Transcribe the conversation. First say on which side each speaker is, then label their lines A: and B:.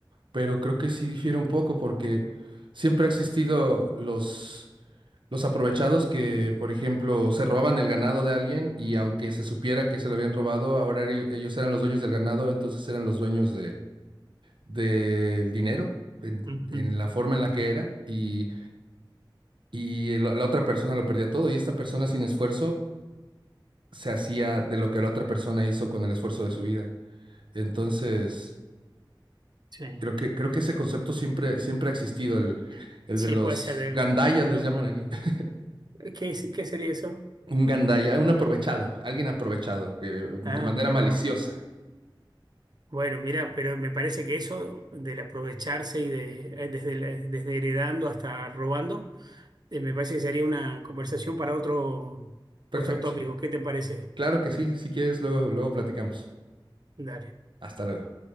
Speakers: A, on the right; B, on the right.
A: pero creo que sí difiere un poco porque siempre ha existido los, los aprovechados que, por ejemplo, se robaban el ganado de alguien y aunque se supiera que se lo habían robado, ahora ello- ellos eran los dueños del ganado, entonces eran los dueños del dinero en,
B: Ujú,
A: en la forma en la que era y, y el- la otra persona lo perdía todo y esta persona sin esfuerzo se hacía de lo que la otra persona hizo con el esfuerzo de su vida. Entonces,
B: Sí.
A: creo que, creo que ese concepto siempre, siempre ha existido, el, el
B: Sí,
A: de los
B: puede ser de
A: gandayas
B: alguna. de una-
A: les llaman aquí. <laughs>
B: ¿Qué, es- qué sería eso?
A: Un gandaya, un aprovechado, alguien aprovechado, que, de
B: Ah,
A: manera
B: mira
A: maliciosa.
B: vos. Bueno, mira, pero me parece que eso del aprovecharse y de eh, desde, la- desde heredando hasta robando, eh, me parece que sería una conversación para otro,
A: Perfecto.
B: otro tópico. ¿Qué te parece?
A: Claro que sí, si quieres, luego, luego platicamos.
B: Dale.
A: Hasta luego.